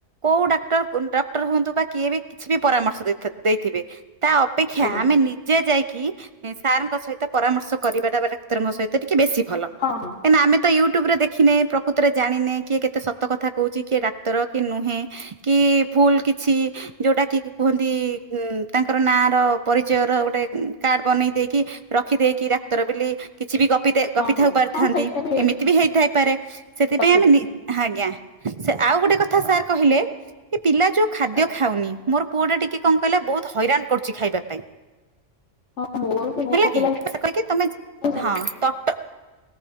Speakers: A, on the right; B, on the left.
A: କୋଉ ଡାକ୍ଟର ଡକ୍ଟର ହୁଅନ୍ତୁ ବା କିଏ ବି କିଛି ବି ପରାମର୍ଶ ଦେଇଥିବେ। ତା ଅପେକ୍ଷା
B: ଆଜ୍ଞା
A: ଆମେ ନିଜେ ଯାଇକି ସାରଙ୍କ ସହିତ ପରାମର୍ଶ କରିବାଟା ଡାକ୍ତରଙ୍କ ସହିତ। ତ ଟିକେ ବେଶି। ଭଲ
B: ହଁ ହଁ
A: <unintelligible> ଆମେ ତ ୟୁ ଟ୍ୟୁବ୍ ରେ ଦେଖିନେ। ପ୍ରକୃତରେ ଜାଣିନେ, କିଏ କେତେ ସତ କଥା କହୁଛି। କିଏ ଡାକ୍ତର କି ନୁହେଁ, କି ଭୁଲ କିଛି ଯୋଉଟା କି କୁହନ୍ତି। ଉ ତାଙ୍କର ନାଁ ର ପରିଚୟ ର ଗୋଟେ କାର୍ଡ ବନେଇ ଦେଇକି, ରଖିଦେଇକି ଡାକ୍ତର ବୋଲି କି ପ <unintelligible> କପି
B: ହଁ
A: ଥାଉ
B: ହଁ
A: ପାରିଥାନ୍ତି
B: ହଁ ସେଇଟା
A: ଏମିତି ବି ହେଇଥାଇପାରେ ସେଥିପାଇଁ
B: ସଠିକ
A: ଆମେ ନି ଆଜ୍ଞା ସେ ଆଉ ଗୋଟେ କଥା, ସାର୍ କହିଲେ କି ପିଲା ଯୋଉ ଖାଦ୍ୟ
B: ଆଜ୍ଞା
A: ଖାଉନି। ମୋର ପୁଅ ଟା ଟିକେ କଣ କହିଲା, ବହୁତ ହଇରାଣ କରୁଛି ଖାଇବା ପାଇଁ
B: ହଁ ମୋର ବି ମୋ
A: ହେଲା କି
B: ପିଲା
A: ସେ <unintelligible> କି ତମେ
B: ବି ସେମିତି
A: ହଁ ତ ତ